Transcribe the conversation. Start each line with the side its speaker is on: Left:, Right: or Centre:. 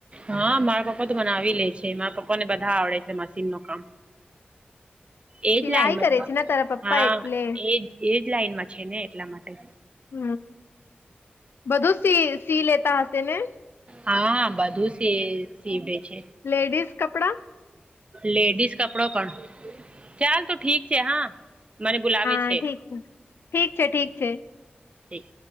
Right: હા મારા પપ્પા તો મનાવી લે છે મારા પપ્પા ને બધા આવડે છે, મશીન ન કામ એજ
Left: સિલાઈ
Right: લાઈનમાં
Left: કરે છે ને તારા પપ્પા
Right: હા,
Left: એટલે
Right: એજ એજ લાઈનમાં છેને, એટલા માટે
Left: હમ, બધું સી સી લેતા હશે ને
Right: હા બધું સીવડે છે.
Left: લેડીિઝ કપડા
Right: લેડીઝ કપડો પણ ચાલ ત ઠીક છે હા મને બોલાવે છે.
Left: હા ઠીક છે ઠીક છે ઠીક છે.
Right: ઠી